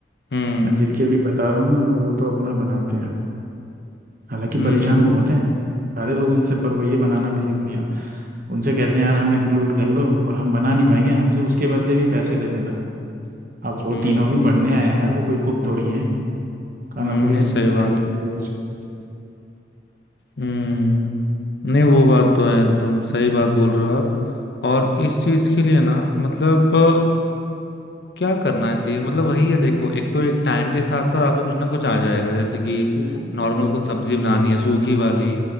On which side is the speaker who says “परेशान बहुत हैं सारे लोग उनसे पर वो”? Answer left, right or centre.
Right